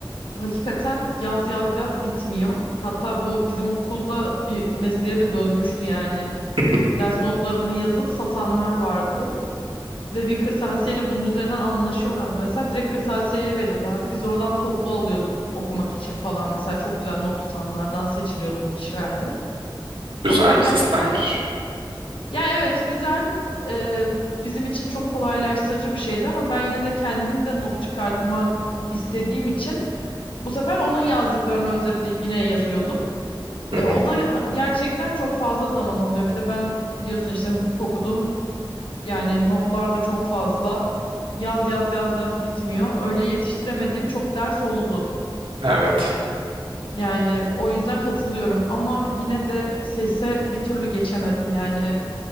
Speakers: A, on the left (about 80°); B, on the right (about 80°).
A: hakikaten yaz yaz yaz bitmiyor. Hatta bu bizim okulda bir mesleğe de dönmüştü yani.
B: <laughs>
A: Ders notlarını yazıp satanlar vardı. Ve bir kırtasiyeyle bunun üzerinden anlaşıyorlardı. Mesela direkt kırtasiyeye veriyorlardı. Biz oradan toplu alıyorduk okumak için falan. Mesela çok güzel not tutanlardan seçiliyordu bu kişilerde
B: Güzel
A: O yüzden
B: bir
A: gerçekten
B: sistemmiş.
A: ya evet güzel e, bizim için çok kolaylaştırıcı bir şeydi ama ben yine de kendim de not çıkartmak istediğim için bu sefer onun yazdıklarını özetleyip yine yazıyordum. E,
B: Hı hı.
A: o da ha- gerçekten çok fazla zaman alıyor. Bir de ben biliyorsun işte hukuk okudum. Yani notlar da çok fazla. Yaz yaz yaz yaz bitmiyor. Öyle yetiştiremediğim çok ders oldu.
B: Evet.
A: Yani o yüzden katılıyorum ama yine de sese bir türlü geçemedim. Yani